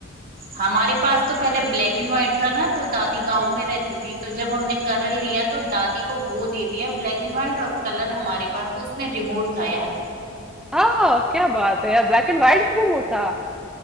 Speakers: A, on the right; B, in the centre.
A: हमारे पास तो पहले ब्लैक एंड व्हाइट था ना तो दादी गांव
B: हम्म,
A: में रहती थी तो जब हमने कलर लिया तो दादी को वो दे दिया ब्लैक एंड व्हाइट और कलर हमारे पास तो उसमें रिमोट था यार
B: हाँ क्या बात है यार ब्लैक एंड व्हाइट में रिमोट था